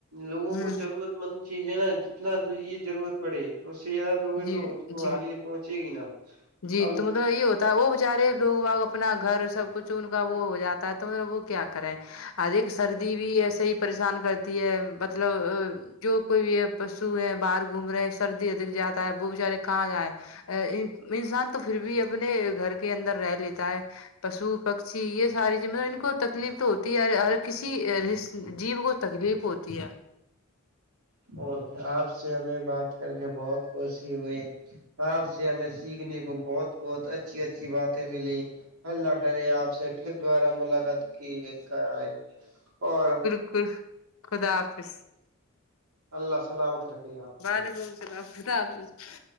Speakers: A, on the right (about 85°); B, on the left (about 75°).
A: لوگوں
B: ہ
A: کو ضرورت مند چیز ہے نا جتنا ضرورت پڑے اس سے زیادہ دو گے
B: جی
A: تو اس کو
B: جی
A: ہانی نہیں پہنچے گی نا
B: جی
A: اب
B: تو م یہ ہوتا ہے وہ بچارے لوگ باؤ اپنا گھر سب کچھ ان کا وہ ہو جاتا ہے تو مطلب وہ کیا کرے ا ایک سردی بھی ایسے ہی پریشان کرتی ہے مطلب جو کوئی بھی ہے پشو ہے باہر گھوم رہے ہیں سردی ادھک جاتا ہے وہ بچارے کہاں جائیں ا انسان تو پھر بھی اپنے گھر کے اندر رہ لیتا ہے پشو پکشی یہ ساری چیزیں مطلب ان کو تکلیف تو ہوتی ہے ہر کسی جیب کو تکلیف ہوتی ہے
A: اور آپ سے ہمیں بات کر کے بہت کوشی ہوئی آپ سے ہمیں سیکھنے کو بہت بہت اچھی اچھی باتیں ملی اللہ کرے آپ سے پھر دوبارہ ملاقات کی کرئے اور
B: خ خدا حافظ
A: اللہ سلامت رکھے آپ
B: بالگ
A: کو
B: <unintelligible>